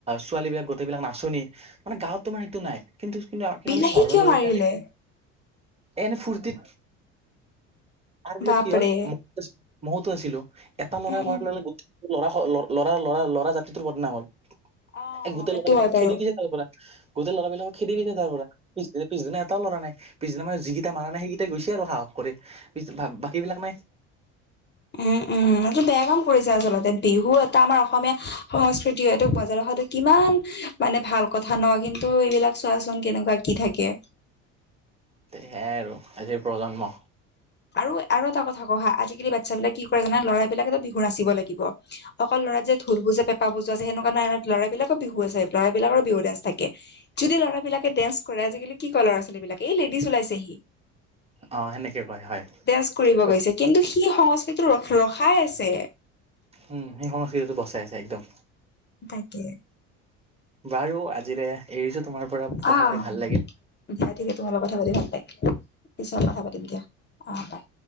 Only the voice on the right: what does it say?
ছোৱালীবিলাক গোটেইবিলাক নাচনী। মানে গাঁৱতটো মানে এইটো নাই। কিন্তু, কিন্তু, কিন্তু
আমি চহৰৰ
ল'ৰাবিলকে
এনে ফুৰ্তিত, তাৰপিছত
কি হ'ল! ম <unintelligible> ময়তো আছিলো এটা ল'ৰাই
কৰাৰ
লগে, লগে গোটেইটো ল'ৰা, ল'ৰা, ল'ৰা, ল'ৰা, জাতিটোৰ বদনাম হয়।
এ, গোটেই
ল'ৰাবিলাকক
খেদি দিলে তাৰপৰা, গোটেই ল'ৰাবিলাকক খেদি দিলে তাৰ পৰা। পিছদিনা, পিছদিনা এটাও ল'ৰা নাই। পিছদিনা মানে যিকেইটা মাৰা নাই সেইকেইটা গৈছে আৰু সাহস কৰি। <unintelligible> বাকীবিলাক নাই।
সেয়াই আৰু আজিৰ প্ৰজন্ম।
অ', সেনেক কয় হয়।
ঠিক
উম, সি সংস্কৃতিটো বচাই আছে একদম।
বাৰু আজিলে এৰিছোঁ তোমাৰ পৰা কথা
পাতি ভাল লাগিল